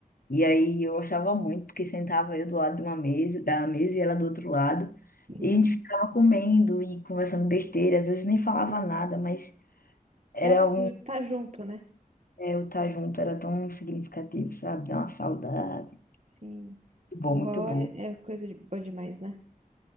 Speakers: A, on the left; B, on the right.
A: E aí eu achava muito, porque sentava eu do lado de uma mesa, da mesa e ela do outro lado.
B: sim.
A: E a gente ficava comendo e conversando besteira, às vezes nem falava nada, mas era
B: É o o
A: um,
B: tá junto, né?
A: é, o estar junto era tão significativo, sabe? Dá uma saudade.
B: Sim.
A: Muito bom,
B: Vó
A: muito bom.
B: é coisa de, boa demais, né?